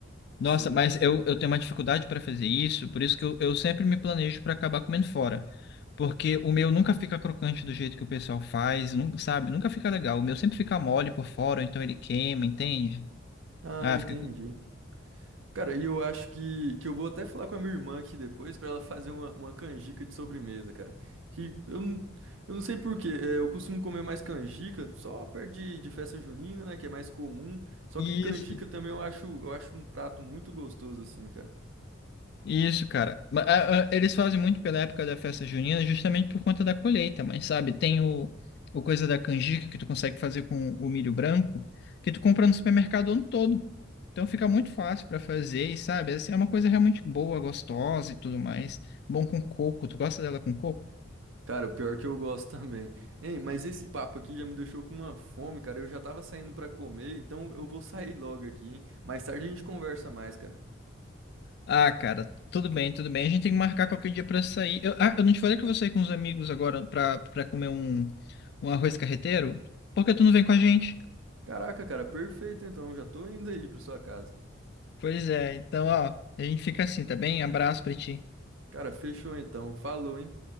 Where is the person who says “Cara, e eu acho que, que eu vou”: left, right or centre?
Right